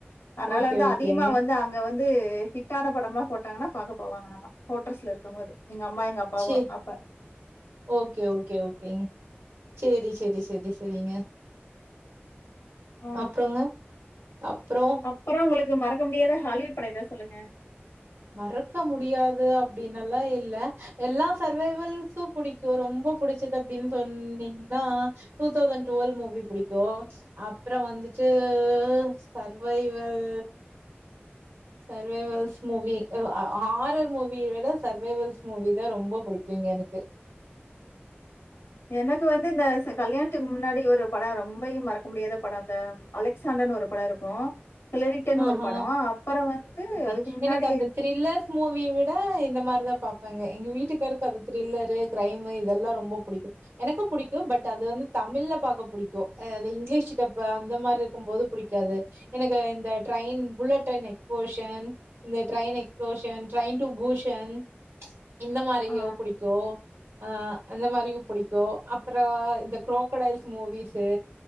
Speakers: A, on the left; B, on the right.
A: அதனால
B: ஓகே
A: வந்து
B: ஓகே
A: அதிகமா வந்து அங்க வந்து ஹிட்டான படம்லா போட்டாங்கன்னா பாக்க போவாங்கலாமா கோட்டர்ஸ்ல இருக்கு போது எங்க அம்மா எங்க அப்பாவோ
B: சி
A: அப்ப
B: ஓகே ஓகே ஓகேங்க சேரி சேரி சேரி செரிங்க
A: ஆ
B: அப்றோங்க அப்றோ
A: அப்பறோ உங்களுக்கு மறக்க முடியாத ஹாலிவுட் படோ எதா சொல்லுங்க
B: மறக்க முடியாது அப்டினல்லா இல்ல எல்லா சர்வைவல்ஸு புடிக்கு ரொம்போ புடிச்சது அப்டின் சொன்னீங்னா டூ தௌசண்ட் டுவல் மூவி புடிக்கு அப்றோ வந்துட்டு சர்வைவல் சர்வைவல்ஸ் மூவி வ் அ ஆரர் மூவி விட சர்வைவல்ஸ் மூவி தா ரொம்போ புடிக்குங்க எனக்கு
A: எனக்கு வந்து இந்த ச கல்யாணத்துக்கு முன்னாடி ஒரு பட ரொம்பையு மறக்க முடியாத படோ இந்த அலெக்சாண்டர்ன்னு ஒரு படோ இருக்கு கிலரிட்டன்
B: ஆஹா
A: ஒரு படோ அப்பற வந்து
B: ஓகே
A: அதுக்கு முன்னாடி
B: எனக்கு அந்த த்ரில்லர்ஸ் மூவி விட இந்த மாரிதா பாப்பாங்க எங்க வீட்டுக்காருக்கு அத திரில்லரு கிரைமு இதெல்லா ரொம்போ புடிக்கு எனக்கு புடிக்கு பட் அது வந்து தமிழ்ல பாக்க புடிக்கு அ இங்கிலீஷ் டப்பு அந்த மாரி இருக்கும் போது புடிக்காது எனக்கு இந்த ட்ரயின் புலட் ட்ரயின் எஸ்போஷன் இந்த ட்ரயின் எக்ஸ்ப்லோஷன் ட்ரயின் டு பூஷன் இந்த மாரியோ
A: ஆ
B: புடிக்கு ஆ அந்த மாரியு புடிக்கு அப்பறோ இந்த க்ரோகடைல்ஸ் மூவிஸு